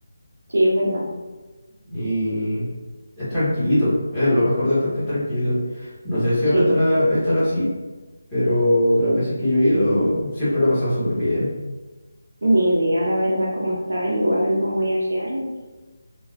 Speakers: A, on the right (about 55°); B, in the centre.
A: Sí, es verdad,
B: Y es tranquilito. Es lo mejor de todo es que es tranquilito. No sé si
A: sí.
B: ahora estará, estará así, pero de las veces que yo he ido, siempre lo he pasado súper bien.
A: Ni idea, la verdad, cómo está. Igual no voy hace años.